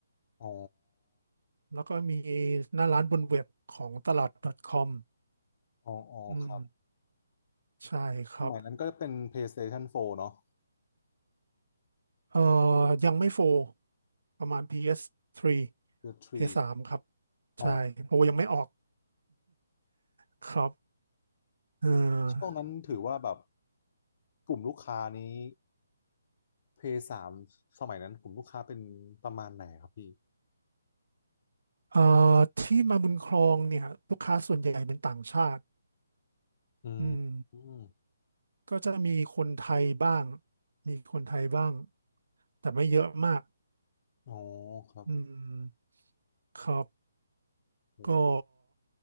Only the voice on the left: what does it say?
อ๋อ
อ๋ออ๋อครับ
สมัยนั้นก็เป็น PlayStation 4เนาะ
The Tree
อ๋อ
ช่วงนั้นถือว่าแบบกลุ่มลูกค้านี้ PS3 สามสมัยนั้นกลุ่มลูกค้าเป็นประมาณไหนครับพี่
อืมอืม
อ๋อครับ
อืม